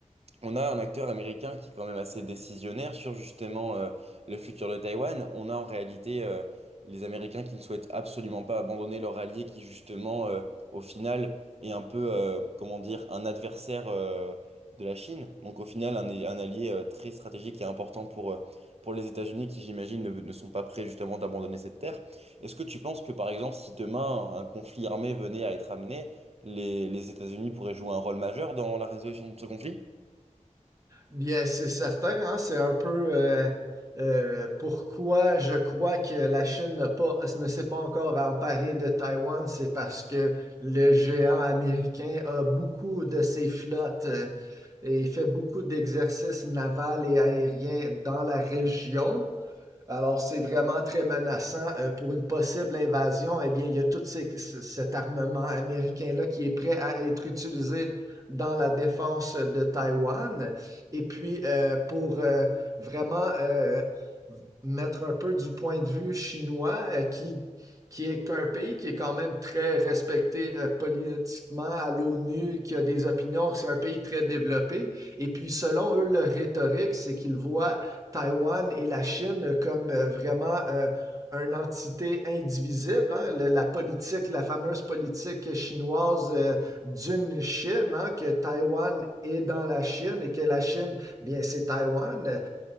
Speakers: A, on the right (about 50°); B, on the right (about 25°).
A: on a un acteur américain qui est quand même assez décisionnaire sur justement euh, le futur de Taïwan. On a en réalité euh, les Américains qui ne souhaitent absolument pas abandonner leur allié qui justement euh, au final est un peu, euh, comment dire, un adversaire euh, de la Chine. Donc au final un, un allié euh, très stratégique et important pour, euh, pour les États-Unis qui j'imagine ne, ne sont pas prêts justement d'abandonner cette terre. Est-ce que tu penses que par exemple si demain un conflit armé venait à être amené, les les États-Unis pourraient jouer un rôle majeur dans la résolution de ce conflit?
B: Bien, c'est certain, hein, c'est un peu euh, euh, pourquoi je crois que la Chine n'a pas, ne s'est pas encore emparée de Taïwan, c'est parce que le géant américain a beaucoup de ses flottes euh, et fait beaucoup d'exercices navals et aériens dans la région. Alors, c'est vraiment très menaçant euh, pour une possible invasion. Eh bien, il y a tout ces- ce- cet armement américain-là qui est prêt à être utilisé dans la défense de Taïwan. Et puis, euh, pour euh, vraiment euh, mettre un peu du point de vue chinois, euh, qui, qui est un pays qui est quand même très respecté euh, politiquement à l'ONU, qui a des opinions, c'est un pays très développé. Et puis, selon eux, leur rhétorique, c'est qu'ils voient Taïwan et la Chine comme euh, vraiment euh, une entité indivisible. hein. Le- la politique, la fameuse politique chinoise euh, d'une Chine, hein, que Taïwan est dans la Chine et que la Chine, bien, c'est Taïwan.